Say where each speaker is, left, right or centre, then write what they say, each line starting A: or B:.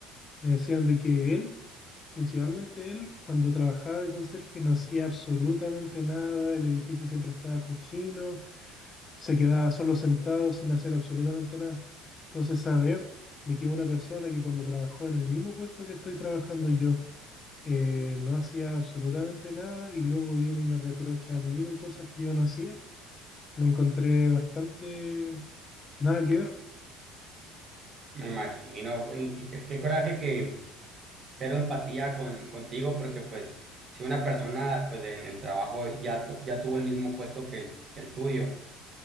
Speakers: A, on the left; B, on the right.
A: me decían de que él Principalmente él, cuando trabajaba de conserje, no hacía absolutamente nada, el edificio siempre estaba cochino, se quedaba solo sentado sin hacer absolutamente nada. Entonces, saber de que una persona que cuando trabajó en el mismo puesto que estoy trabajando yo, eh, no hacía absolutamente nada y luego viene y me reprocha a mí de cosas que yo no hacía, lo encontré bastante nada que ver.
B: Me imagino, y, y qué, qué coraje que cero empatía con, contigo porque pues si una persona pues en el trabajo ya, tu- ya tuvo el mismo puesto que el, que el tuyo